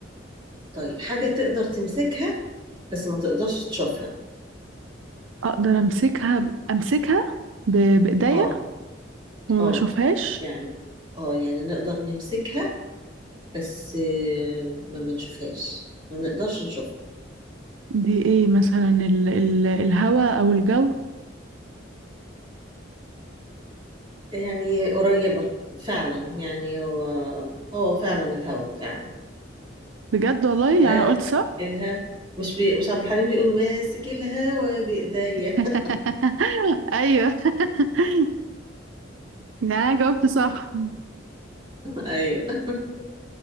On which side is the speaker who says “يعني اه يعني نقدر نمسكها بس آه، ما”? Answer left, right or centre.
Right